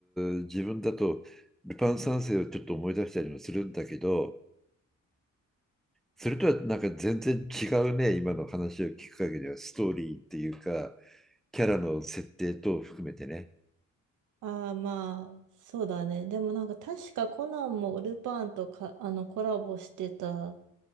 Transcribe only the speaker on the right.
ああ、まあ、そうだね。でもなんか確かコナンもルパンとか、あの、コラボしてた